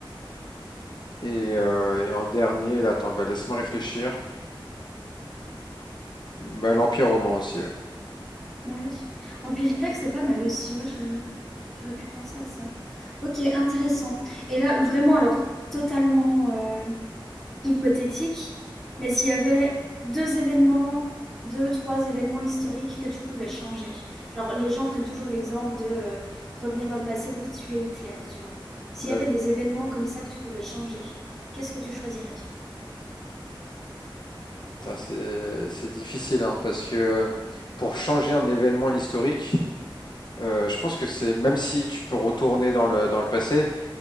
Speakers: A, on the left; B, in the centre.
A: et, euh, et en dernier là attends bah, laisse-moi réfléchir bah, l'Empire romain aussi ouais.
B: Ouais. Empire grec, c'est pas mal aussi. Ouais, je- j'aurais pu penser à ça. Ok, intéressant. Et là, vraiment, alors, totalement. euh, hypothétique, mais s'il y avait deux événements, deux, trois événements historiques que tu pouvais changer. Genre, les gens prennent toujours l'exemple de euh, revenir dans le passé pour tuer Hitler, tu vois. S'il
A: Ouais.
B: y avait des événements comme ça que tu pouvais changer, qu'est-ce que tu choisirais?
A: Putain, c'est c'est difficile hein, parce que pour changer un événement historique euh, je pense que c'est même si tu peux retourner dans le dans le passé